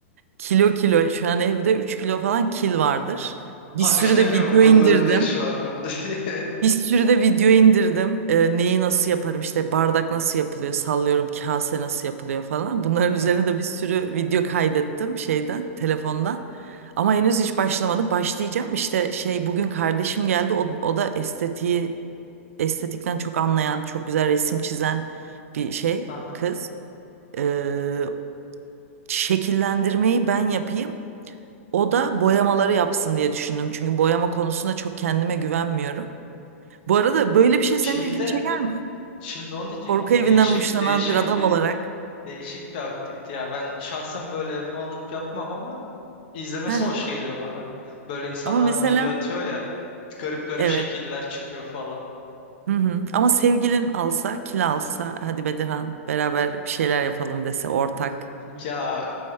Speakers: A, on the right; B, on the left.
A: Kilo kilo şu an evde 3 kilo falan kil vardır. Bir
B: Hanif
A: sürü
B: demiyor
A: de video
B: mu bunların
A: indirdim.
B: ne işi var burada diye.
A: Bir sürü de video indirdim. Ee, neyi nasıl yaparım işte bardak nasıl yapılıyor, sallıyorum kase nasıl yapılıyor falan. Bunların
B: <laughs> Aha.
A: üzerine de bir sürü video kaydettim şeyden, telefondan. Ama henüz hiç başlamadım. Başlayacağım işte şey bugün kardeşim geldi. O, o da estetiği estetikten çok anlayan, çok güzel resim çizen bir şey
B: Aha.
A: kız. Ee, şekillendirmeyi ben yapayım. O da boyamaları yapsın diye düşündüm. Çünkü boyama konusunda çok kendime güvenmiyorum. Bu arada böyle bir şey
B: Çil'de
A: senin ilgini çeker mi?
B: şimdi onu diyecektim.
A: Korku evinden
B: Değişik
A: hoşlanan
B: değişik
A: bir adam
B: bir
A: olarak.
B: Değişik bir aktivite ya. Ben şahsen böyle evime alıp yapmam ama izlemesi
A: Hı hı.
B: hoş geliyor bana. Böyle insanlar
A: Ama mesela
B: video atıyor ya garip garip
A: evet.
B: şekiller çıkıyor falan.
A: Hı hı. Ama sevgilin alsa, kil alsa, hadi Bedirhan beraber bir şeyler yapalım dese ortak.
B: <laughs> Ya